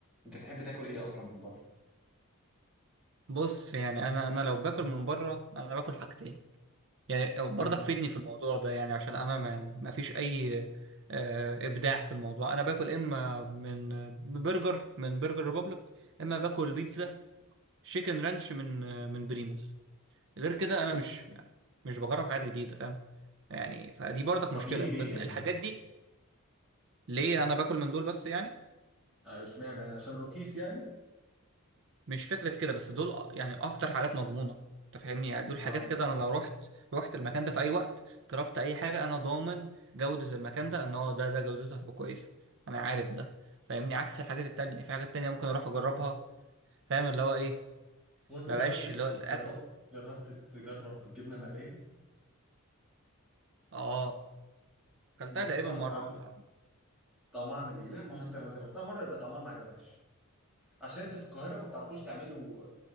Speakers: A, in the centre; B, on the right.
A: انت بتحب تاكل ايه اصلا من بره
B: بص يعني أنا أنا لو باكل من بره أنا باكل حاجتين يعني برضك
A: امم
B: فيدني في الموضوع ده يعني عشان أنا ما ما فيش أي آه، إبداع في الموضوع أنا باكل إما من برجر من برجر ريبوبليك إما باكل بيتزا شيكن رانش من آه، من بريموس غير كده انا مش يعني مش بجرب حاجات جديده فاهم يعني فدي برضك
A: طب
B: مشكله
A: ليه
B: بس
A: ليه يعني
B: الحاجات دي ليه انا باكل من دول بس يعني
A: آه، اشمعنى يعني عشان رخيص يعني
B: مش فكره كده بس دول أ- يعني اكتر حاجات مضمونه انت فاهمني يعني دول
A: اه
B: حاجات كده انا لو رحت رحت المكان ده في اي وقت طلبت اي حاجه انا ضامن جوده المكان ده ان هو ده ده جودته هتبقى كويسه انا عارف ده فاهمني عكس الحاجات التانية في حاجات تانية ممكن اروح اجربها فاهم اللي هو ايه
A: هو انت
B: ما
A: جربت
B: بقاش
A: ت-
B: اللي هو الاكل
A: جربت جربت تجرب الجبنه المقليه
B: اه كلتها
A: جربتها
B: تقريبا مره
A: عم-
B: ولا حاجة.
A: طعمها عامل ايه لا ما هو انت لو جربتها مره يبقى طعمها ما عجبكش عشان انت في القاهره ما بتعرفوش تعملوا ما